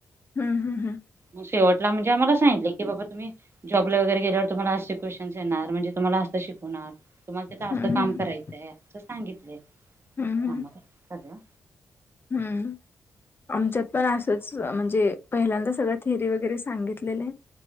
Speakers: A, on the left; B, on the right.
A: हम्म हम्म
B: मग शेवटला म्हणजे आम्हाला सांगितले की बाबा तुम्ही जॉब वगैरे गेल्यावर तुम्हाला असे क्वेशन्स येणार म्हणजे तुम्हाला अस शिकवणार तुम्हाला तिं
A: हम्म
B: असत
A: हम्म
B: काम
A: हम्म
B: करायंच अस सांगितले
A: हम्म
B: आम्हाला सगळं
A: हम्म. आमच्यात पण असंच म्हणजे पहिल्यांदा सगळं थेअरी वगैरे सांगितलेलं